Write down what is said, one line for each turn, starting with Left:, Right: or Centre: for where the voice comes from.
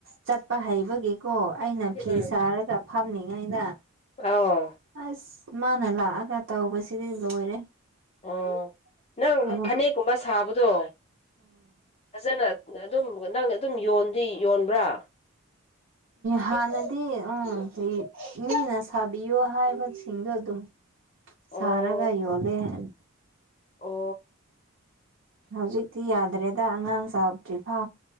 Right: ꯆꯠꯄ ꯍꯩꯕꯒꯤꯀꯣ ꯑꯩꯅ
Left: ꯎꯝ
Right: ꯐꯤ ꯁꯥꯔꯒ ꯐꯝꯂꯤꯉꯩꯗ
Left: ꯑꯥꯎ
Right: ꯑꯁ ꯃꯥꯅ ꯂꯥꯛꯑꯒ ꯇꯧꯕꯁꯤꯗꯤ ꯂꯣꯏꯔꯦ
Left: ꯑꯣ ꯅꯪ
Right: ꯎꯝ
Left: ꯐꯅꯦꯛꯀꯨꯝꯕ ꯁꯥꯕꯗꯣ ꯐꯖꯅ ꯑꯗꯨꯝ ꯅꯪꯅ ꯑꯗꯨꯝ ꯌꯣꯟꯗꯤ ꯌꯣꯟꯕ꯭ꯔꯥ
Right: ꯍꯥꯟꯅꯗꯤ ꯎ ꯏꯅ ꯁꯥꯕꯤꯌꯣ ꯍꯥꯏꯕꯁꯤꯡꯗꯣ ꯑꯗꯨꯝ ꯁꯔꯥꯒꯒꯥꯏ
Left: ꯑꯣ
Right: ꯑꯣꯂꯦ ꯍꯥꯏ
Left: ꯑꯣ
Right: ꯍꯧꯖꯤꯛꯇꯤ ꯌꯥꯗ꯭ꯔꯦꯗ ꯑꯉꯥꯡ ꯆꯥꯗ꯭ꯔꯤ ꯐꯥ